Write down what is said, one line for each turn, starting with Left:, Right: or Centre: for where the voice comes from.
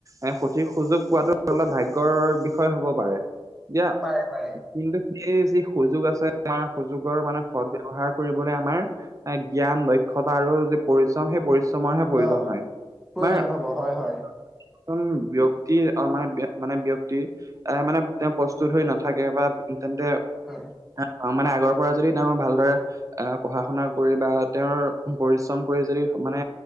Right: এ সঠিক সুযোগ পোৱাতো অলপ ভাগ্যৰ বিষয় হ'ব পাৰে। দিয়া
Centre: অ পাৰে পাৰে
Right: কিন্তু সেই যি সুযোগ আছে তাৰ সুযোগৰ মানে সদ ব্যৱহাৰ কৰিবলৈ আমাৰ এ জ্ঞান দক্ষতা আৰু যি পৰিশ্ৰম সেই পৰি শ্ৰমৰহে প্ৰয়োজন
Centre: অ
Right: হয়
Centre: প্ৰয়োজন
Right: এজন
Centre: হব হয় হয়
Right: ব্যয়ক্তিৰ অ মানে মানে ব্যয়ক্তিৰ এ মানে তেওঁ প্ৰস্তুত হৈ নাথাকে বা তেন্তে
Centre: হয়
Right: তাত মানে আগৰ পৰা যদি তেওঁ ভাল দৰে আহ পঢ়া শুনা কৰি বা তেওঁৰ পৰিশ্ৰম কৰি যদি মানে